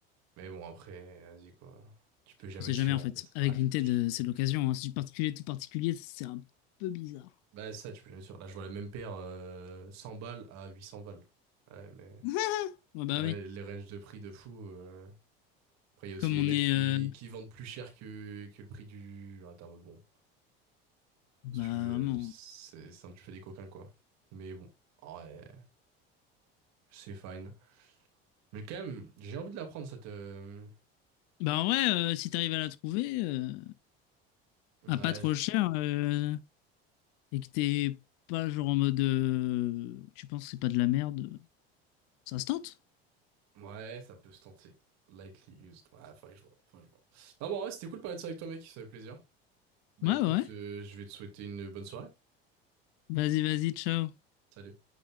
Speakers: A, on the right (about 60°); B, on the left (about 65°).
A: Mais bon, après, vas-y, quoi. Tu peux jamais
B: on sait
A: être
B: jamais
A: sûr,
B: en
A: en
B: fait.
A: fait.
B: Avec
A: Ah, tu
B: Vinted,
A: peux... Tu
B: euh, c'est de l'occasion.
A: peux...
B: hein. Si du particulier, tout particulier, c'est un peu bizarre.
A: Bah, ça, tu peux jamais être sûr. Là, je vois la même paire euh, 100 balles à 800 balles. Ouais, mais
B: <laughs> Ouais, bah
A: les, ra-
B: oui.
A: les ranges de prix de fou. euh. Après, il y a aussi
B: Comme
A: les
B: on
A: mecs
B: est.
A: qui,
B: euh,
A: qui vendent plus cher que, que le prix du... Ah, t'es en mode, bon.
B: bah
A: Si tu veux,
B: vraiment.
A: c'est c'est un petit peu des coquins, quoi. Mais bon, ouais, c'est fine. Mais quand même, j'ai envie de la prendre, cette... euh,
B: Bah en vrai, euh, si t'arrives à la trouver, euh,
A: Ouais,
B: à pas trop cher, euh, et que t'es pas genre en mode. euh, tu penses que c'est pas de la merde, ça se tente.
A: Ouais, ça peut se tenter. Lightly used. Ouais, faudrait que je vois. Faudrait que je vois. Non, bon, ouais, c'était cool de parler de ça avec toi, mec. Ça fait plaisir. Bah
B: Ouais,
A: écoute,
B: ouais. ouais.
A: euh, je vais te souhaiter une bonne soirée.
B: Vas-y, vas-y, ciao.
A: Salut.